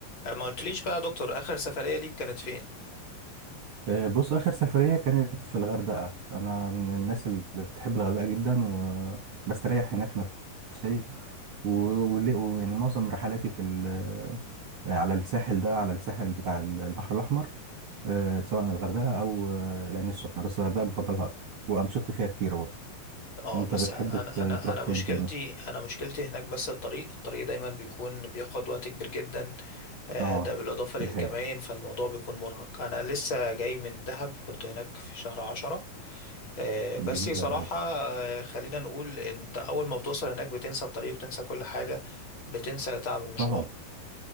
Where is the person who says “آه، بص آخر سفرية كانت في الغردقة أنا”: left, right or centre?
Right